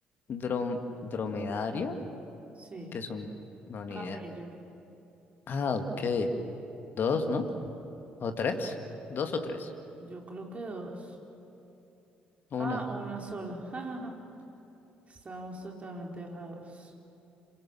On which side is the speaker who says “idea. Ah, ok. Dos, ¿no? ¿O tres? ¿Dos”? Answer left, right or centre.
Left